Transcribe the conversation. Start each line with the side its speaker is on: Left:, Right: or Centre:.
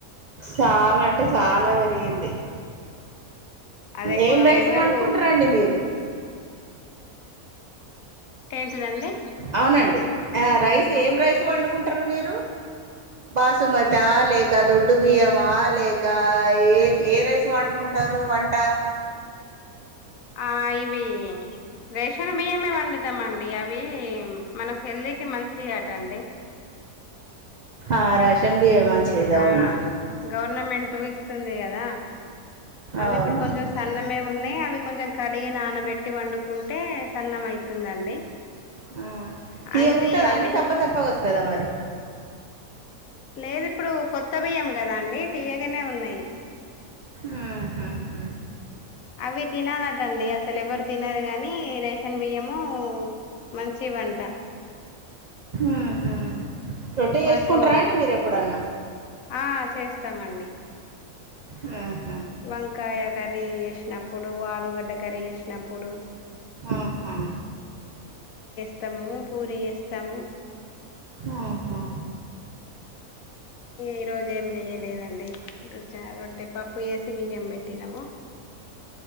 Right: చాలా అంటే చాలా పెరిగింది
Left: అది ఎక్కువ
Right: ఏం రైస్
Left: ఎవరు
Right: వండుకుంటారండి మీరు
Left: ఏంటిదండి
Right: అవునండి రైస్ ఏం రైస్ వండుకుంటారు మీరు బాసుమతా లేక దొడ్డు బియ్యమా లేక ఏ ఏ రైస్ వండుకుంటు టరు వంట
Left: ఆ ఇవి రేషన్ బియ్యమే వండుతామండి అవి మన హెల్తీకి మంచి ఆటఅండి
Right: ఆ రేషన్ బియ్యం మంచిది అవును
Left: ఆ గవర్నమెంట్ ఇస్తుంది కదా అవి
Right: అవును
Left: ఇప్పుడు కొంచెం సన్నమే ఉన్నాయి అవి కొంచెం కడిగి నానబెట్టి వండుకుంటే సన్నం అయితుందండి
Right: హ్మ్ తీయగాంటుందా
Left: అది అవి
Right: అండి చెప్ప చప్పగా వస్తదా మరి
Left: లేదు ఇప్పుడు కొత్త బియ్యం కదా అండి తీయగానే ఉన్నాయి
Right: ఉహుహ్మ్మ్
Left: అవి తినాలటండి అసాల్ ఎవరు తినరు గాని రే షన్ బియ్యము మంచివాంటా
Right: ఊహ్మ్ రొట్టె
Left: వాటిలో
Right: చేస్కుంటారా అండి మీరు ఎప్పుడన్నా
Left: ఆ చేస్తామండి
Right: హ్మ్
Left: వంకాయ కర్రీ వేసినప్పుడు ఆలుగడ్డ కర్రీ వేసినప్పుడు
Right: ఆహా
Left: వస్తాము పూరి చేస్తాము
Right: ఆహా
Left: ఈరోజ ఏం చెయ్యలేదండి చ్చ రొట్టె పప్పు వేసి బియ్యం పెట్టినాము